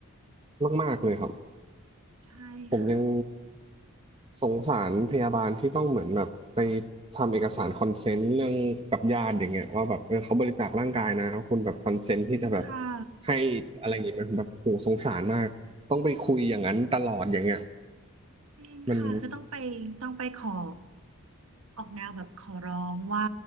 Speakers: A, on the right; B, on the right.
A: มากๆเลยครับ
B: ๆใช่ค่ะ
A: ผมยังสงสารพยาบาลที่ต้องเหมือนแบบไปทำเอกสารคอนเซนต์เรื่องกับญาติอย่างเงี้ยว่าแบบเออเขาบริจาคร่างกายนะคุณแบบคอนเซนต์ที่จะแบบ
B: จริงค่ะ
A: ให้อะไรอย่างเงี้ยมันแบบโหสงสารมากต้องไปคุยอย่างนั้นตลอดอย่างเงี้ย
B: จริงค่ะคือต้องไปต้องไปขอ
A: มัน
B: ออกแนวแบบขอร้องว่า